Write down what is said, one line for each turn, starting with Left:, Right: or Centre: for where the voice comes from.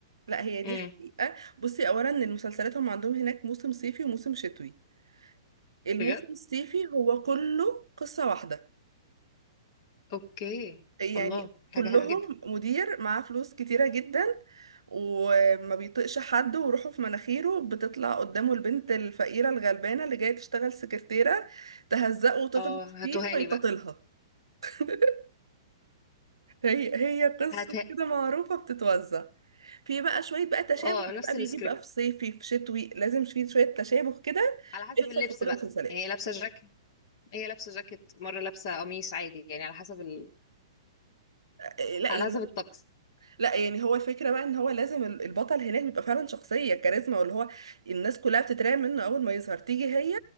Right: لا هي دي
Left: امم
Right: حقيقة بصي اولا ان المسلسلات هم عندهم هناك موسم صيفي وموسم شتوي الموسم
Left: بجد
Right: الصيفي هو كله قصة واحدة
Left: أوكي
Right: يعني
Left: الله حاجة
Right: كلهم
Left: حلوة جدا
Right: مدير معاه فلوس كتيرة جدا وما بيطقش حد وروحه في مناخيره بتطلع قدامه البنت الفقيرة الغلبانة اللي جاية تشتغل سكرتيرة تهزقه وتغلط
Left: اه هاتوها
Right: فيه فيتطلها
Left: لي بقى
Right: <laughs> هي هي قصة
Left: هات
Right: كده معروفة بتتوزع في بقى شوية بقى تشابه
Left: اه
Right: ده
Left: نفس
Right: بقى بيجي
Left: السكريبت
Right: بقى في صيفي في شتوي لازم في شوية تشابه كده
Left: على حسب
Right: بيحصل
Left: اللبس
Right: في كل
Left: بقى
Right: المسلسلات
Left: يعني هي لابسة جاكيت هي لابسة جاكيت مرة لابسة قميص عادي يعني على حسب <laughs>
Right: آه، لا
Left: على
Right: يعني
Left: حسب الطقس
Right: لا يعني هو الفكرة بقى ان هو لازم ال- البطل هناك بيبقى فعلا شخصية كاريزما واللي هو الناس كلها بتترعب منه اول ما يظهر تيجي هي